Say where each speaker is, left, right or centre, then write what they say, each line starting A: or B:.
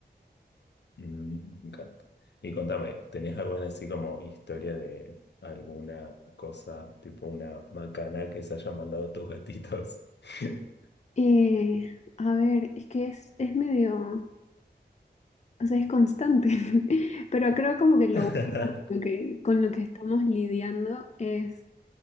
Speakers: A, on the left (about 75°); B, on the left (about 40°).
A: Mm, me encanta. Y contame, ¿tenés alguna así como historia de alguna cosa, tipo una macana que se hayan mandado tus gatitos? <laughs>
B: Eh, a ver, es que es, es medio... O sea, es constante, <laughs> pero creo como que lo
A: <laughs>
B: único con lo que, con lo que estamos lidiando es,